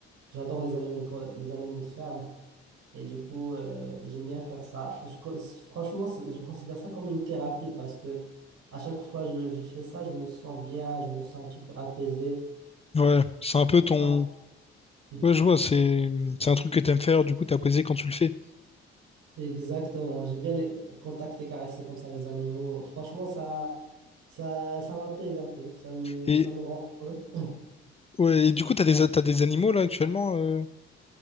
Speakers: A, on the right (about 60°); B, on the left (about 20°).
A: j'adore les animaux, co- les animaux de ferme. Et du coup, euh, j'aime bien faire ça. Je co- franchement, c'est- je considère ça comme une thérapie parce que à chaque fois je, je fais ça, je me sens bien, je me sens un petit peu apaisé.
B: mhm. Ouais, c'est un peu ton,
A: Ah, <laughs>
B: ouais, je vois, c'est, c'est un truc que t'aimes faire, du coup t'as plaisir quand tu le fais.
A: Exactement. J'aime bien les- contacter, caresser comme ça les animaux. Franchement, ça, ça, ça m'apaise un peu. Ça me,
B: Et
A: ça me rend heureux.
B: ouais, et du coup t'as des, t'as des animaux là actuellement. euh